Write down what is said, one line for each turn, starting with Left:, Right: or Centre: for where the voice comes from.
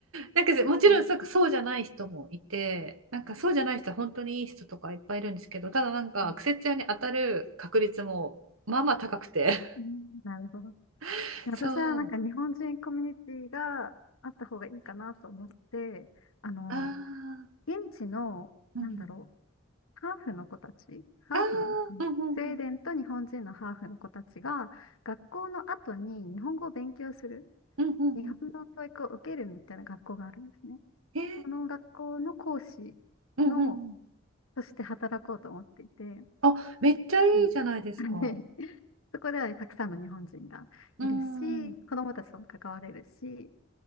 Right: なんかもちろんそうかそうじゃない人もいてなんかそうじゃない人は本当にいい人とかいっぱいいるんですけどただなんか癖強に当たる確率もまあまあ高くて
Left: うんうんうんうんなるほど。
Right: <laughs>
Left: 私はなんか日本人コミュニティがあった方がいいかなと思って、
Right: そう
Left: あの、
Right: あー
Left: 現地の、
Right: うんうん
Left: なんだろう、ハーフの子たち、ハーフの、
Right: あーうんうん
Left: うんスウェーデンと日本人のハーフの子たちが、学校の後に日本語を勉強する、
Right: うんうんうんうん
Left: 日本の教育を受けるみたいな学校があるんですね。
Right: へ
Left: その学校の講師の、
Right: うんうんうん
Left: として働こうと思っていて、
Right: あめっちゃいいじゃないですか
Left: はい <laughs> そこではたくさんの日本人がいるし、
Right: うん
Left: 子どもたちとも関われるし、